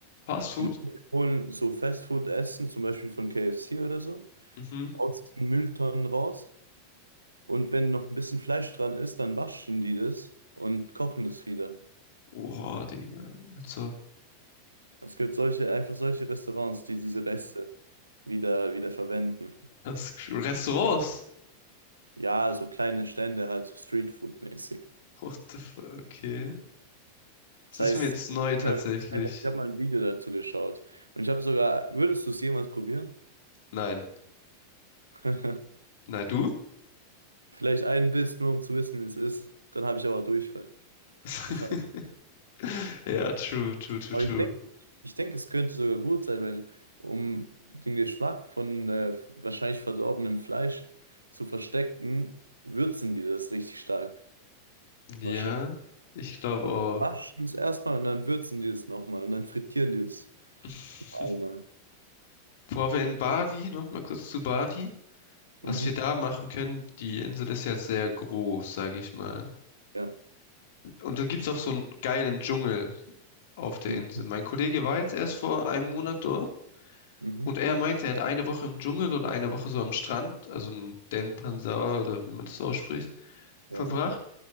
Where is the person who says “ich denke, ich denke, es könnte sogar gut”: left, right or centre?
Right